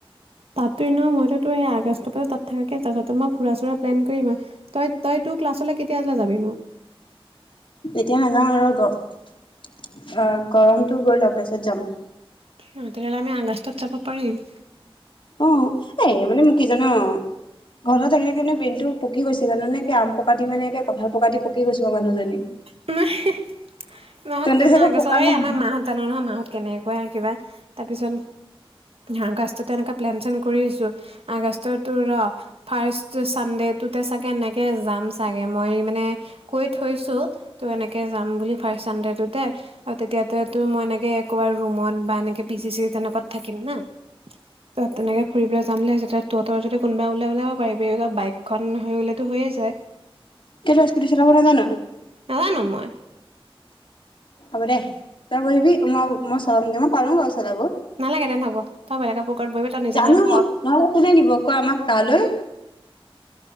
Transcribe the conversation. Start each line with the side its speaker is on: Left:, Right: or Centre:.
Right: তাতো ন মইতো তোৰ সেই আগষ্টৰ পৰা তাত থকা কে তাৰপিছত মই ফুৰা চুৰা প্লেন কৰিম আৰু তই তই তোৰ ক্লাছলৈ কেতিয়ালৈ যাবি নো?
Left: এতিয়া নাযাওঁ আৰু গপ অ, গৰমটো গৈ' লওক তাৰপিছত যাম।
Right: আহ তেতিয়াহ'লে আমি আগষ্টত যাব পাৰিম।
Left: অঁ, এ মানে মকি জান ঘৰতৰত থাকিল কি ব্ৰেইনতটো পকি গৈছিল জানো আম পকা দি মানে কঁঠাল পকা দি পকি গৈছো মানুহজনী।
Right: হে হে মা হত
Left: তেন্তে
Right: তেতিয়া মানে
Left: চাগে
Right: আগৰ
Left: পকা নাই
Right: আমাৰ মা হত জানোঁ নহয় মা হত কেনেকুৱা কিবা, তাৰপিছত আগষ্টতে এনে প্লেন চেলেন কৰি আগষ্টতো ৰ ফাৰ্ষ্ট ছানডে টোতে চাগে এনেকে যাম চাগে মই মানে কৈ থৈছো। ত' এনেকে যাম বুলি ফাৰ্ষ্ট ছানডে টোতে আৰু তেতিয়াতে তো মই এনেকে কবাৰ ৰুমত বা এনেকে পি জি চি তেনেকুৱত থাকিম না ত তেনেকে ফুৰিবলৈ যাম বুলি ভাব তহঁতৰ যদি কোনোবা ওলাই ওলিয়াব পাৰিবি বাইকখন হৈ উলালে টো হৈয়ে যায়।
Left: কি তই স্কুটি চলাব নাজান
Right: নাজানো মই।
Left: হ'ব দে তই বহিবি। মই মই চলাম। মই পাৰো বাৰু চলাব,
Right: নালাগে তেন্তে হ'ব তই বেলেগৰ পুকৰত বহিবি তই নিজে
Left: জানো
Right: চলাবি,
Left: মই নহলে কোনে নিব ক আমাক তালৈ